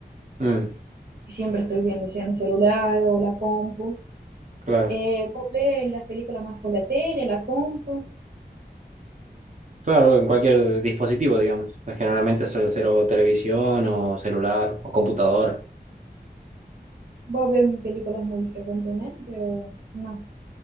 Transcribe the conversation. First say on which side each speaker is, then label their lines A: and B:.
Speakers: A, on the right (about 45°); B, on the right (about 70°).
A: Mm,
B: y siempre estoy viendo, sea en el celular o la compu.
A: claro.
B: Eh, vos ves las películas más por la tele, la compu.
A: Claro, en cualquier dispositivo, digamos. Generalmente suele ser o televisión o celular o computadora.
B: Vos ves películas muy frecuentemente o no.